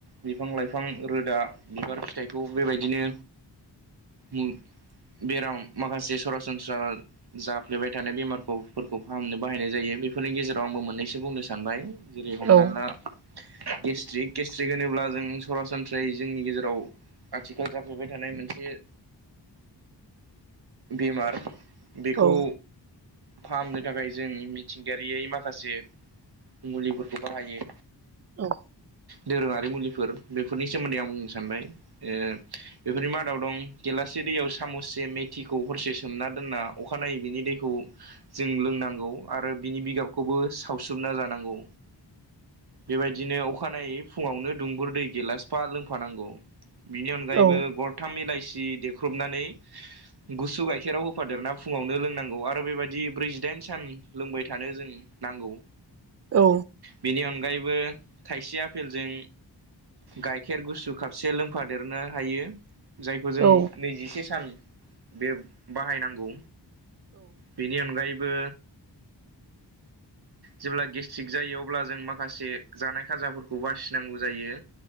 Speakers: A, on the right (about 60°); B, on the right (about 35°).
A: बिफां-लाइफां रोदा, बिबार, फिथाइखौ बेबायदिनो उ बेराम माखासे सरासनस्रा जाफ्लेबाय थानाय बेमारखौ फोरखौ फाहामनो बाहायनाय जायो बेफोरनि गेजेराव आंबो मोननैसो बुंनो सानबाय जेरै हमनानै
B: औ
A: ला गेस्ट्रिक गेस्ट्रिक होनोब्ला जों सरासनस्रायै जोंनि गेजेराव आथिखाल जाफैबाय थानाय मोनसे बेमार बेखौ
B: औ
A: फाहामनो थाखाय जों मिथिंगायारि माखासे मुलिफोरखौ बाहायो।
B: औ
A: दोरोङारि मुलिफोर बेफोरनि सोमोन्दै आं बुंनो सानबाय ओ बेफोरनि मादाव दं गेलासे दैयाव सामससे मे थिखौ हरसे सोमना दोनना अखानायै बिनि दैखौ जों लोंनांगौ आरो बिनि बिगाबखौबो सावसोमना जानांगौ। बेबायदिनो अखानायै फुङावनो दुंगुर दै गेलासफा लोंफानांगौ। बिनि अनगायैबो
B: औ
A: गरथाम इलाइसि देख्रुबनानै गुसु गाइखेराव होफादेरना फुङावनो लोंनांगौ आरो बेबायदि ब्रैजिदाइन सान लोंबाय थानो जों नांगौ
B: औ
A: बेनि अनगायैबो खायसे आफेलजों गाइखेर गुसु खापसे लोंफादेरनो हायो जायखौ जों
B: औ
A: नैजिसे सान बे बाहायनांगौ बेनि अनगायैबो
B: <inaudible>
A: जेब्ला गेस्ट्रिक जायो अब्ला जों माखासे जानाय खाजाफोरखौ बासिनांगौ जायो।